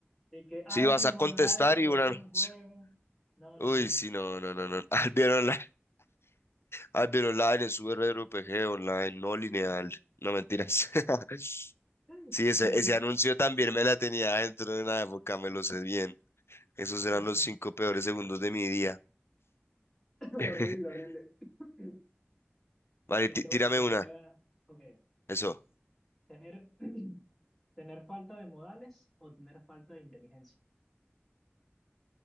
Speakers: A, in the centre; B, on the left.
A: De que Albion
B: Si vas a contestar
A: Online
B: y un
A: es
B: anuncio.
A: un juego. No,
B: Uy,
A: no, no, no.
B: sí, no, no, no, no. <laughs> Albion Online, Albion Online, el Super RPG Online, no lineal.
A: Sí,
B: No mentiras. <laughs>
A: <laughs>
B: Sí,
A: sí.
B: ese, ese anuncio también me la tenía dentro de una época, me lo sé bien. Esos eran
A: <laughs>
B: los cinco peores segundos de mi día.
A: Horrible,
B: <laughs>
A: horrible. <clears throat>
B: Vale,
A: Este,
B: tí- tírame
A: bueno, yo
B: una.
A: te voy a, ok,
B: Eso.
A: tener, <clears throat> tener falta de modales o tener falta de inteligencia.